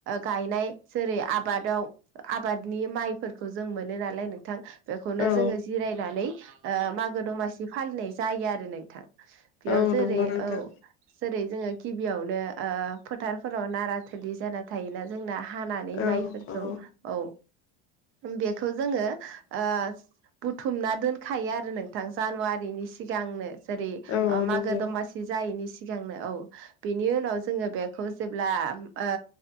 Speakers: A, on the right; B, on the left.
A: गायनाय जेरै आबादाव आबादनि माइफोरखौ जों मोनो नालाय नोंथां बेखौनो
B: औ
A: जोङो जिरायनानै आ मागो दमासि फालिनाय जायो आरो लै। थां बेयाव
B: औ
A: जेरै
B: नंगौ नोंथां
A: औ जेरै जोङो गिबियावनो ओ फोथारफोराव नारा थिलि जाना थायोना जोंना हानानै
B: औ
A: माइफोरखौ
B: औ
A: औ। बेखौ जोङो ओ बुथुमना दोनखायो आरो नोंथां जानुवारिनि सिगांनो। जेरै
B: औ
A: आ मागो
B: नंगौ
A: दमासि जायैनि सिगांनो औ बिनि उनाव जोङो बे खौ जेब्ला ओ